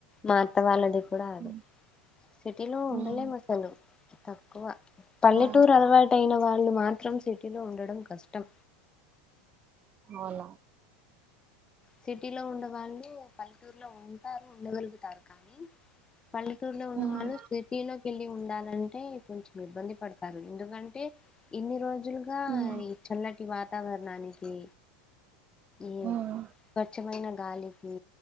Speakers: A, on the left; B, on the right.
A: మా అత్త వాళ్ళది కూడా అదే
B: ఉమ్,
A: సిటీలో ఉండలేం
B: ఉమ్,
A: అసలు తక్కువ పల్లెటూరు
B: ఆ,
A: అలవాట్ యిన వాళ్ళు మాత్రం సిటీలో ఉండడం కష్టం
B: అవునా
A: సిటీలో ఉండే వాళ్ళు పల్లెటూరులో ఉంటారు. ఉండగలుగుతారు. కానీ పల్లెటూరులో ఉన్న
B: ఉమ్
A: వాళ్ళు సిటీలోకెళ్ళి ఉండాలంటే కొంచెం ఇబ్బంది. పడతారు. ఎందుకంటే ఇన్ని రోజులుగా
B: ఉమ్,
A: చల్లటి వాతావరణానికి ఏమ్
B: ఉమ్,
A: స్వచ్చమైన గాలికి